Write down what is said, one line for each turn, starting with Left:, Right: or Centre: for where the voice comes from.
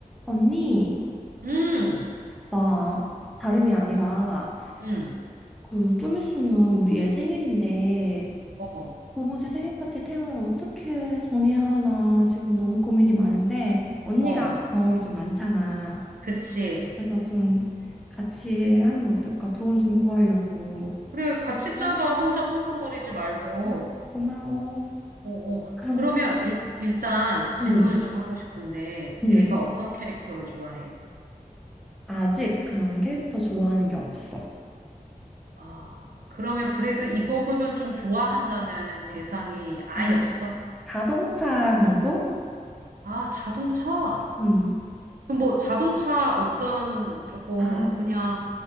Centre: 언니,
Right: 음,
Centre: 나 다름이 아니라
Right: 음,
Centre: 그 좀 있으면 우리 애 생일인데
Right: 어,
Centre: 도무지 생일 파티 테마를 어떻게 정해야 하나 지금 너무 고민이 많은데 언니가
Right: 어,
Centre: 경험이 좀 많잖아.
Right: 그치.
Centre: 그래서 좀 같이 하면 어떨까 도움 좀 구하려고.
Right: 그래, 같이 짜자.
Centre: 알았어.
Right: 혼자 끙끙거리지 말고.
Centre: 어, 고마워.
Right: 어, 어.
Centre: <laughs>
Right: 그러면 일, 일단 질문을
Centre: 응,
Right: 좀 하고 싶은데,
Centre: 응.
Right: 애가 어떤 캐릭터를 좋아해?
Centre: 아직 그런 캐릭터 좋아하는 게 없어.
Right: 아, 그러면 그래도 이거 보면 좀 좋아한다는 대상이 아예
Centre: 아,
Right: 없어?
Centre: 자동차 정도?
Right: 아, 자동차.
Centre: 응.
Right: 그럼 뭐 자동차 어떤 조금
Centre: 아,
Right: 그냥